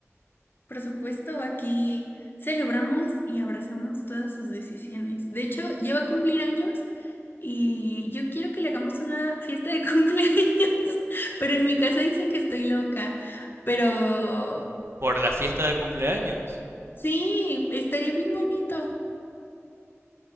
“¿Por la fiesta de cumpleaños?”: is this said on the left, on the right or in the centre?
Right